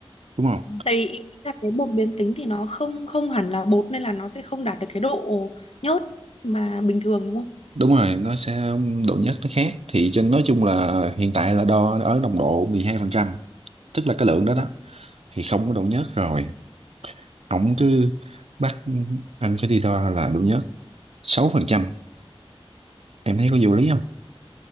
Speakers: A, on the right; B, on the left.
A: đúng không
B: Tại vì ý là cái bột biến tính thì nó không không hẳn là bột nên là nó sẽ không đạt được cái độ nhớt mà bình thường đúng không?
A: đúng rồi nó sẽ độ nhớt nó khác thì trên nói chung là hiện tại là đo ở nồng độ 12% tức là cái lượng đó
B: Vâng.
A: đó thì không có độ nhớt rồi ổng cứ bắt anh phải đi đo là độ nhớt 6% em thấy có vô lý không